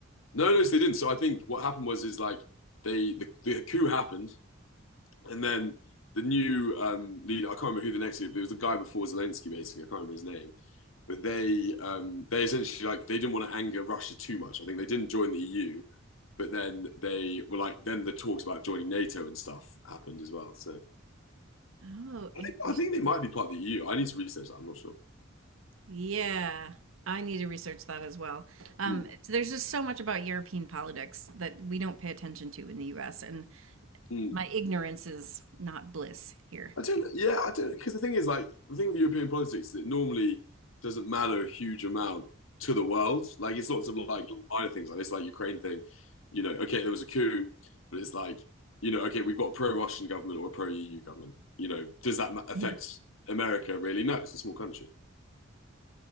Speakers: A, on the left; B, on the right.
A: No, no, so they didn't. So I think what happened was is like they the, the coup happened, and then the new um leader. I can't remember who the next leader, but it was the guy before Zelensky. Basically, I can't remember his name. But they um they essentially like they didn't want to anger Russia too much. I think they didn't join the EU, but then they were like then the talks about joining NATO and stuff happened as well. So
B: Oh, interesting.
A: I think, I think they might be part of the EU. I need to research that. I'm not sure.
B: Yeah, I need to research that as well. Um,
A: Mm,
B: it's- there's just so much about European politics that we don't pay attention to in the U.S., and
A: mm.
B: my ignorance is not bliss here.
A: I don't. Yeah, I don't. Because the thing is, like, the thing with European politics is it normally doesn't matter a huge amount to the world. Like, it's lots of like little minor things like this, like Ukraine thing. You know, okay, there was a coup, but it's like, you know, okay, we've got a pro-Russian government or a pro-EU government. You know, does that ma- affect
B: Mhm.
A: America really? No, it's a small country.